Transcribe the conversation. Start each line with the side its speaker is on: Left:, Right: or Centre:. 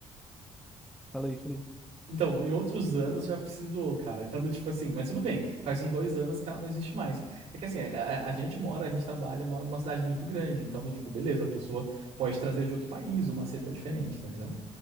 Centre: Fala aí, fala aí.
Right: Então, em outros anos já precisou, cara. Então, do tipo assim, mas tudo bem, faz uns dois anos que ela não existe mais. É que assim, a, a- a gente mora, a gente trabalha, mora numa cidade muito grande, então, do tipo, beleza, a pessoa pode trazer de outro país uma cepa diferente, tá ligado?